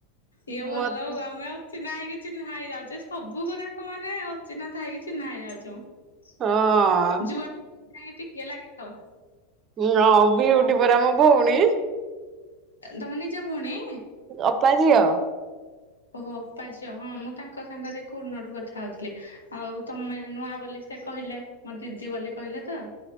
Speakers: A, on the left; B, on the right.
A: ଇଏ ଭଲ
B: ମ
A: ଆଉ ଆମେ ଅଚି ଚିହ୍ନା ହେଇକି ଚିହ୍ନା ହେଇଯାଉଚେ ସବୁ ଗୁଡାକ ମାନେ ଅଛିିହ୍ନା । ତାହା କିଛି ନାହିଁ ଆଉ ଯୋଉ
B: ହଁ
A: ଯୁଆ ଯକ ଟିକେ ଲାଗିଥାଅ।
B: ହଁ ହଁ ବିଉଡି ପରା ଆମ ଭଉଣୀ
A: ତମ ନିଜ ଭଉଣୀ?
B: ଅପା ଝିଅ।
A: ଓହୋ ପାଜ ହଁ ମୁଁ ତାଙ୍କ ସାଙ୍ଗରେ ଏକ ଉନଠୁ କଥା ହଉଥିଲି ଆଉ ତମେ ନୂଆ ବୋଲି ସେ କହିଲେ ମୋ ଦିଦି ବୋଲି କହିଲେ ତ।